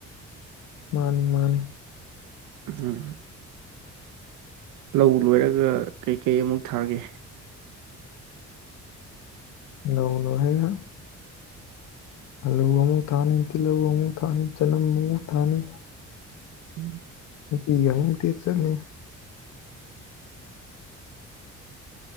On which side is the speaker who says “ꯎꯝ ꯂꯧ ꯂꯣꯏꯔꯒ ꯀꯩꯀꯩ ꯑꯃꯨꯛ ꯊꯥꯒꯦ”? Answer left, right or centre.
Right